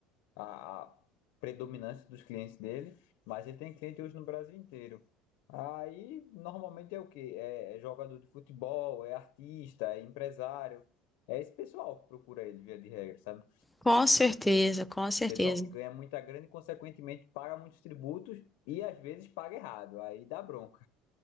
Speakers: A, on the left (about 75°); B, in the centre.
A: a, a predominância dos clientes dele, mas ele tem cliente hoje no Brasil inteiro. Aí normalmente é o quê? É, é jogador de futebol, é artista, é empresário. É esse pessoal que procura ele, via de regra, sabe?
B: Com certeza, com certeza.
A: Pessoal que ganha muita grana e, consequentemente, paga muitos tributos e às vezes paga errado. Aí dá bronca.